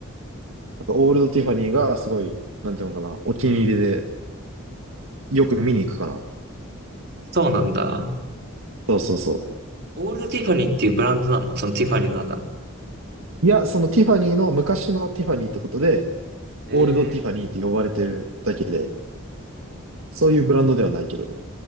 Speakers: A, on the right; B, on the right.
A: なんかオールドティファニーがすごい、なんていうのかな、お気に入りでよく見に行くかな。
B: そうなんだ。
A: そうそうそ
B: オールドティファニーっていうブランドなのそのティファニーの中の。
A: う。いや、そのティファニーの昔のティファニーってことで、
B: え
A: オールドティファニーって呼ばれてるだけで、そういうブランドではないけど。